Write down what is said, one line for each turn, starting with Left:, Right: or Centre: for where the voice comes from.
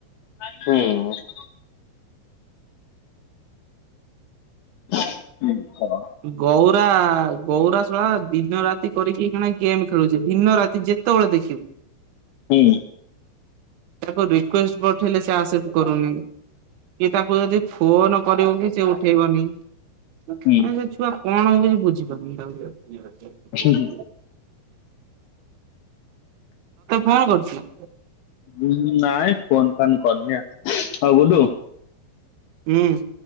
Left: <inaudible> ହ ହ
Right: ଗଉରା, ଗଉରା ଶଳା ଦିନ ରାତି କରିକି ଗେମ୍ ଖେଳୁଚି। ଦିନ ରାତି ଯେତେବେଳେ ଦେଖି
Left: ହୁଁ
Right: ତାକୁ ରିକ୍ୟୁଷ୍ଟ ପଠେଇଲେ ସେ ଆସେପ୍ଟ କରୁନି। କି ତାକୁ ଯଦି ଫୋନ କରିବ ବି ସେ ଉଠେଇବନି। ମାନେ
Left: ହୁଁ
Right: ସେ ଛୁଆ କଣ ମୁଁ କିଛି ବୁଝିପାରୁନି। ତତେ
Left: ହୁଁ
Right: ଫୋନ କରୁଚି
Left: ଉଁ ନାଇଁ ଫୋନ ଫାନ୍ କରନି ଆଉ ହଉ ଗୁଡୁ
Right: ହୁଁ।